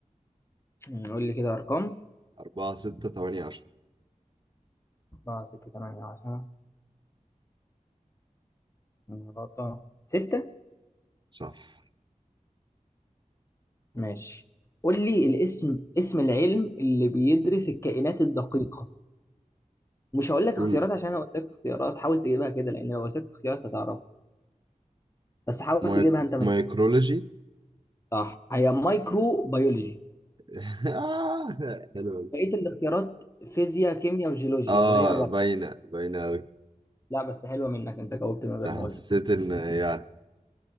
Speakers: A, on the left; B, on the right.
A: مم، قول لي كده أرقام
B: 4 6 8 10
A: 4 6 8 10 مرات 6
B: صح
A: ماشي قول لي الاسم اسم العلم اللي بيدرس الكائنات الدقيقة مش هقول لك اختيارات
B: قول
A: عشان انا قلت لك اختيارات حاول تجيبها كده لان لو قلت لك اختيارات هتعرف بس حاول
B: ماي...
A: تجيبها انت من
B: مايكرولوجي
A: صح هي مايكرو بيولوجي
B: <laughs> آه حلو أوي.
A: بقيه الاختيارات فيزياء كيمياء وجيولوجيا
B: اه
A: وهي الرابعه
B: باينة باينة أوي
A: لا بس حلوه منك انت جاوبت من
B: بس
A: غير
B: حسيت
A: ما اقول لك
B: إن يعني